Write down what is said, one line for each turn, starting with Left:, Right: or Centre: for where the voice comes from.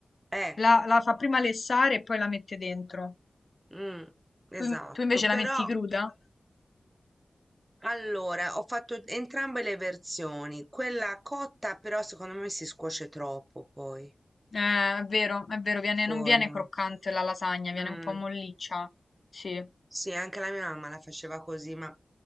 Right: Eh,
Left: La, la fa prima lessare e poi la mette dentro.
Right: mm, esatto,
Left: Tu, tu invece
Right: però
Left: la metti cruda?
Right: Allora, ho fatto entrambe le versioni. Quella cotta, però, secondo me si scuoce troppo poi.
Left: Eh, è vero, è vero, viene-
Right: Forno.
Left: non viene croccante la lasagna, viene
Right: Mm,
Left: un po' molliccia. Sì,
Right: Sì, anche la mia mamma la faceva così, ma